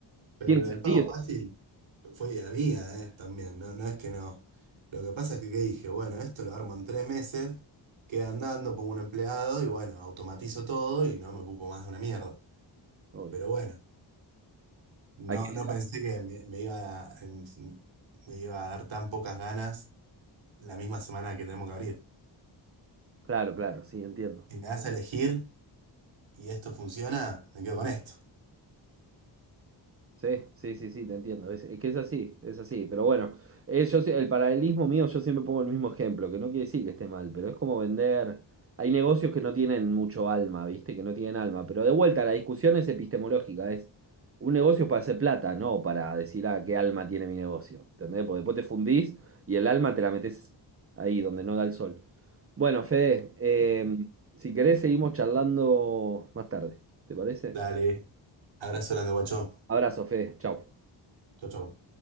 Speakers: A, on the right; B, on the right.
A: pero
B: Tiene
A: lo
B: sentido,
A: del pago fácil fue idea mía, eh, también, no, no es que no. Lo que pasa es que, ¿qué dije, bueno, esto lo armo en tres meses, queda andando, pongo un empleado y bueno, automatizo todo y no me ocupo más de una mierda.
B: obvio.
A: Pero bueno, no,
B: Hay que-
A: no pensé que me, me iba a, em, me iba a dar tan pocas ganas la misma semana que tenemos que abrir.
B: Claro, claro, sí, entiendo.
A: Si me das a elegir y esto funciona, me quedo con esto.
B: Sí, sí, sí, sí, te entiendo. Es, es que es así, es así. Pero bueno, eh, yo sie- el paralelismo mío, yo siempre pongo el mismo ejemplo, que no quiere decir que esté mal, pero es como vender. Hay negocios que no tienen mucho alma, ¿viste? Que no tienen alma. Pero de vuelta, la discusión es epistemológica. Es un negocio para hacer plata, no para decir, ah, qué alma tiene mi negocio. ¿Entendés? Porque después te fundís y el alma te la metés ahí, donde no da el sol. Bueno, Fede, eh, si querés, seguimos charlando más tarde. ¿Te parece?
A: Dale, abrazo grande, guacho.
B: Abrazo, Fede. Chau.
A: Chau, chau.